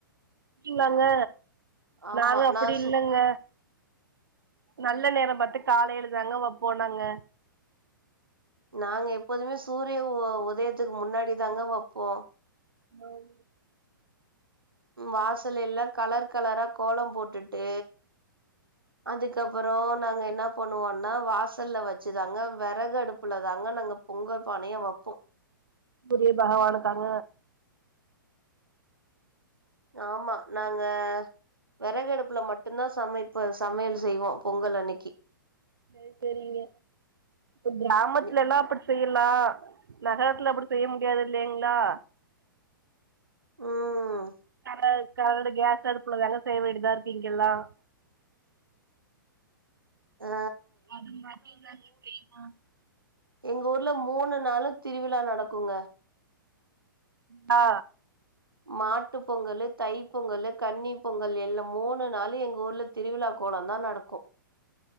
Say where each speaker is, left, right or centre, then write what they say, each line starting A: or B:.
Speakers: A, on the right; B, on the right.
A: அப்டிங்களாங்க
B: ஆமா
A: நாங்க அப்டி
B: நா சு
A: இல்லங்க நல்ல நேரம் பாத்து காலைல தாங்க வைப்போம் நாங்க
B: நாங்க எப்போதுமே சூரிய உதயத்துக்கு முன்னாடி தாங்க வப்போம்
A: மய்
B: வாசல் எல்லாம் கலர் கலரா கோலம் போட்டுட்டு அதுக்கப்புறம் நாங்க என்ன பண்ணுவோன்னா வாசல்ல வச்சுதாங்க வெறகு அடுப்புல தாங்க நாங்க பொங்க பானையே வப்போம்
A: சூரிய பகவானுக்காக
B: ஆமா நாங்க விறகடுப்புல மட்டும்தான் சமைப்ப சமையல் செய்வோம் பொங்கல் அன்னிக்கு
A: சரி சரிங்க இப் கிராமத்லல்லாம்
B: நி
A: அப்டி செய்யலாம் நகரத்துல அப்டி செய்ய முடியாது இல்லைங்களா
B: ம்
A: அ கரண்ட் கேஸ் அடுப்பு தாங்க செய்ய வேண்டியதா இருக்கு இங்கல்லாம்
B: ஆ
A: அது மாட்டி தாங்க செய்வோம்
B: எங்க ஊர்ல மூணு நாளும் திருவிழா நடக்குங்க
A: ஆ
B: மாட்டு பொங்கலு தை பொங்கலு கன்னி பொங்கல் எல்லாம் மூணு நாளு எங்க ஊர்ல திருவிழா கோலம் தான் நடக்கும்